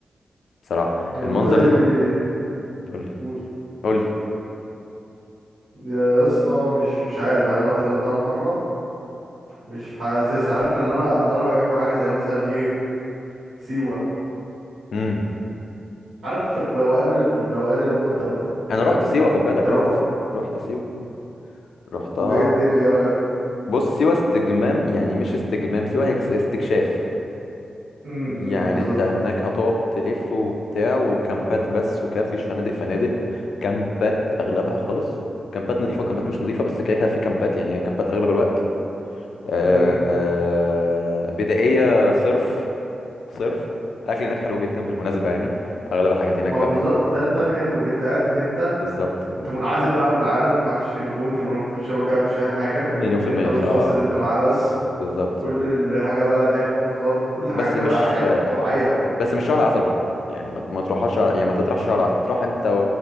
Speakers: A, on the left (about 80°); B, on the right (about 65°).
A: بصراحة
B: والله
A: المنظر ال- قول لي
B: قول
A: قول لي
B: يا يا اسطى مش مش عارف يعني انا رحت غردقه مره مش حاسس عارف اللي انا اللي انا بحبه حاجه زي مثلا ايه سيوه
A: امم
B: عارف الروقان الروقان المود ده بقى
A: انا
B: فاهم
A: رحت سيوة خد بالك
B: انت الوقت
A: رحت رحت سيوة رحتها
B: وايه الدنيا ايه رايك
A: بص سيوة استجمام يعني مش استجمام سيوة هي اكس- استكشاف
B: امم
A: يعني
B: بالظبط
A: انت هناك هتقعد تلف وبتاع وكامبات بس وكده مفيش فنادق فنادق كامبات اغلبها خالص كامبات نظيفة وكامبات مش نظيفة بس كده كده في كامبات يعني هي كامبات اغلب الوقت آه
B: امم
A: آه بدائية صرف صرف الاكل هناك حلو جدا بالمناسبة يعني اغلب الحاجات هناك
B: ما
A: بقى
B: هو بالظبط
A: بي-
B: ده ده
A: آه،
B: الحلو ان انت قاعد في حته
A: بالظبط
B: انت منعزل بقى عن العالم انت معكش تليفون تليفونك مفيش شبكه مفيش اي حاجه
A: مليون في
B: انت
A: المية
B: والشخص
A: بصراحة آه،
B: اللي انت معاه بس
A: بالظبط
B: كل الحاجه بقى ضحك وهزار كل حاجه
A: بس مش
B: بقى حاجات طبيعيه
A: بس مش شهر عسل برضو يعني ما ما تروحهاش شهر- يعني ما تطرحش شهر عسل تروح انت و-